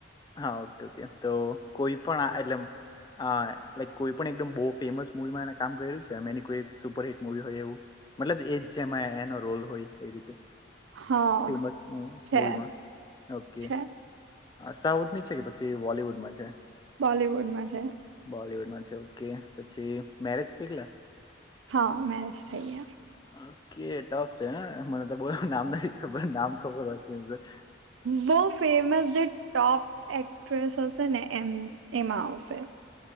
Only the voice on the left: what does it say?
હા ઓકે ઓકે તો કોઈ પણ એટલે હ લક કોઈ પણ એકદમ બો ફેમસ મુવી માં એ કામ કરેલું છે. એ એની કોઈ સુપરહિટ મુવી હોય એવુ, મતલબ એજ જેમાં એનો રોલ હોય એ રીતે
ફેમસ
મૂવીમા ઓકે
સાઉથ ની છે, કે પછી બોલીવુડમાં છે.
બોલિવુડમા છે, ઓકે પછી મેરેજ શીખલે
ઓકે ટફ છે, મને તો બહ એવ નામ નથી ખબર નામ ખબર હો, એ